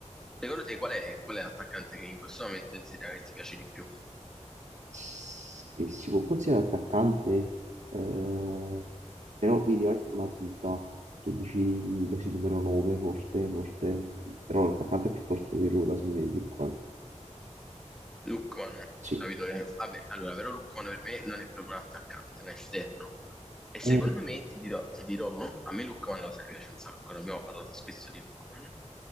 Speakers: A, in the centre; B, on the right (about 75°).
A: Secondo te qual è, qual è l'attaccante che in questo momento in Serie A che ti piace di più?
B: se si può considerare attaccante, eh, però vedi, non è proprio una punta che dici così numero 9, forte, forte, però l'attaccante più forte per ora, secondo me, più qua.
A: Lookman,
B: Sì.
A: capito? che- Vabbè, allora, però Lookman per me non è proprio un attaccante, è un esterno. E secondo
B: Eh,
A: me, ti dirò, ti dirò, a me Lookman lo sai, piace un sacco, ne abbiamo parlato spesso di Lookman,